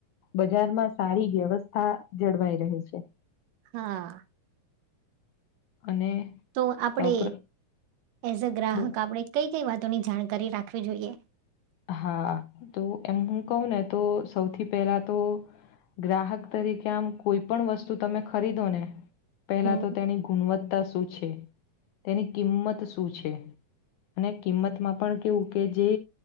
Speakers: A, on the left (about 80°); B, on the right (about 75°).
A: બજારમાં સારી વ્યવસ્થા જળવાઈ રહી છે.
B: હા
A: અને
B: તો આપણેે
A: સૌ પ્ર
B: એઝ અ ગ્રાહક
A: બોલો
B: આપણે કઈ કઈ વાતોની જાણકારી રાખવી જોઈએ
A: હા તો એમ હું કહું ને તો સૌથી પહેલા તો ગ્રાહક તરીકે આમ કોઈ પણણ વસ્તુ તમે ખરીદો ને પહેલા
B: હમ
A: તો તેની ગુણવત્તા શું છે તેની કિંમત શું છે. અને કિંમતમાં પણ કેવું કે જે